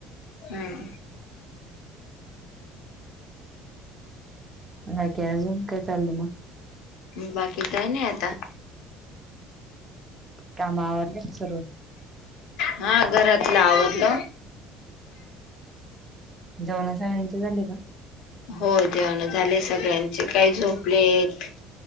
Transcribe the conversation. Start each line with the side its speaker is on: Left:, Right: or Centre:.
Left: हम्म.
Right: नाही काही अजून, काय चालल मग?
Left: बाकी काय नाही आता
Right: काम आवरले का सर्व?
Left: हा घरातलं आवरल.
Right: जेवणा सगळ्यांचे झाले का?
Left: हो जेवण झाले सगळ्यांचे काय झोपलेत